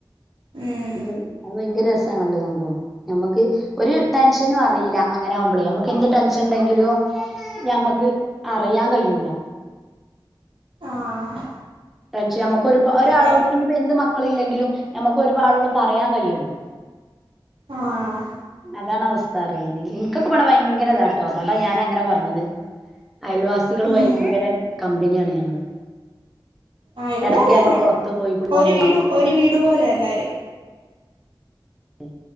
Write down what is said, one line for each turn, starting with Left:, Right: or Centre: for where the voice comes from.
Right: ഉം
Centre: അത് അത് ഭയങ്കര രസാണല്ലൊ സംഭവം നമ്മക്ക് ഒര് ടെൻഷനും അറീല അങ്ങനെ ആകുമ്പളെയ് നമ്മക്ക് എന്ത് ടെൻഷൻണ്ടെങ്കിലും ഞമ്മക്ക് അറിയാൻ കയ്യൂല
Right: ആഹ്
Centre: ടെൻഷൻ നമ്മക്ക് ക്കൊരുപാ ഒരാളോട്പ്പഞ്ഞിപ്പൊ
Right: പിന്നെ
Centre: എന്ത് മക്ക മക്കളില്ലെങ്കിലും നമ്മക്ക് ഒരുപാളോട് പറയാൻ കഴിയുല്ലോ
Right: ആഹ്
Centre: അതാണ് അവസ്ഥ അറിയാമേ എനിക്കൊക്കെ ഇവിടെ ഭയങ്കര ഇതാട്ടോ അതോണ്ടാ ഞാൻ അങ്ങനെ പറഞ്ഞത് അയൽവാസികള്
Right: ഉം
Centre: ഭയങ്കര കമ്പനിയാണ് ഞങ്ങള്
Right: ആഹ് ഇവിടെ
Centre: എടക്ക്
Right: അതന്നാ
Centre: ഞങ്ങള് കൊളത്ത് പോയി കുളിക്കാൻ
Right: ഒരു
Centre: പോകും
Right: വീട് ഒരു വീടു പോലെ എല്ലാരും
Centre: എ